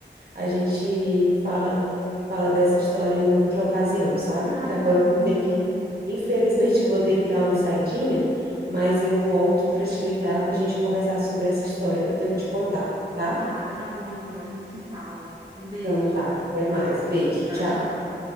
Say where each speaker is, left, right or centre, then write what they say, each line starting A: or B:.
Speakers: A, on the right; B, on the right.
A: a gente fala, fala dessa história em outra ocasião, sabe?
B: Ah,
A: Que agora
B: tá bom,
A: eu vou ter
B: tá
A: que,
B: bom.
A: infelizmente eu vou ter que dar uma saidinha, mas eu volto para te ligar para a gente conversar sobre essa história que eu tenho que te contar, tá?
B: Tá, tá bom então, a gente se fala. Um beijo.
A: Então tá, até mais, beijo,
B: Tchau,
A: tchau.
B: tchau.